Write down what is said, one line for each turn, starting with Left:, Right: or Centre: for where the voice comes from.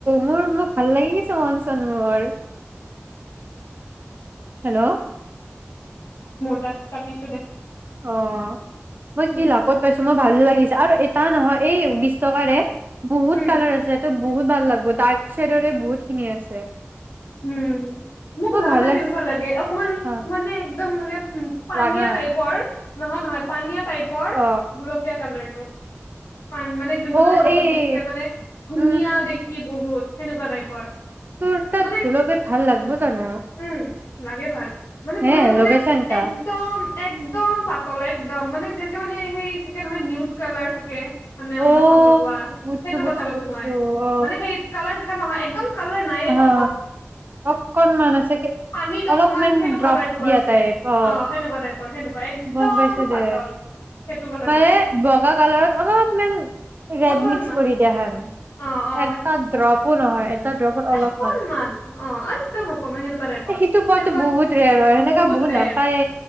Right: মোৰ মোৰ ভাল লাগি গৈছে মন চন মৰ হেল্ল'
Left: কা কাটিছো দে
Right: অ মই
Left: উম
Right: কি লাকত পাইছো মই ভাল লাগিছে আৰু এটা নহয় এই বিশ্বটকাৰে বহুত
Left: উম
Right: কালৰ আছে এইটো বহুত ভাল লাগব ডাক চাইডৰে বহুত খিনি আছে
Left: উম মোক
Right: মই
Left: জানানে
Right: ভাল লাগিছে
Left: কেনেকুৱা লাগে অকমান
Right: অ
Left: মানে একদম মানে উ পানীয়া
Right: ৰাঙা
Left: টাইপৰ নহয় নহয় পানীয়াত টাইপৰ
Right: অ
Left: গোলপীয়া কালাৰ অ পান মানে যোনটো
Right: অ
Left: মানে হাতত
Right: এই
Left: দেখিলে মানে ধুনীয়া
Right: উম
Left: দেখি বহুত সেনেকুৱা টাইপৰ
Right: তোৰ তাত
Left: মানে
Right: গোলপে ভাল লাগব জানো
Left: উম লাগে ভাল মানে
Right: হে
Left: গ মানে
Right: লগাইছা নেকা
Left: একদম একদম পাতল একদম মানে যে মানে সেই থাকে নহয় নিউট কালাৰ থাকে মানে
Right: অ
Left: সুনখত লগোৱা
Right: বুজছো
Left: সেইটোৰ
Right: বুজছো
Left: কথা কৈছো
Right: বুজছো
Left: মই
Right: অ
Left: মানে সেই কালাৰ থাকা নহয় একদম কালাৰ নাই অ
Right: অ অকনমান আছেগে
Left: পানীত
Right: অলপমান
Left: অকমান সেইটো
Right: ড্ৰাপ
Left: কালাৰটো
Right: দিয়া
Left: আছে
Right: টাইপ অ
Left: সেনেকুৱা টাইপৰ সেনেকুৱা একদম
Right: গম পাইছো দে
Left: পাতল সেইটো কথা
Right: মানে
Left: কৈছো
Right: বগা কালাৰত অলপমান ৰেড
Left: অকনমান
Right: মিক্স কৰি দিয়া হেন
Left: অ অ
Right: এটা ড্ৰপো নহয় ত ৰবৰ অলপ
Left: অকণমান অ একদম অকণমান সেনেকুৱা টাইপৰ
Right: সেইটো পোৱাতো
Left: সেনেকুৱা
Right: বহুত ৰেয়াৰ হয় সেনেকা
Left: বহুত ৰেৰ
Right: নাপায়ে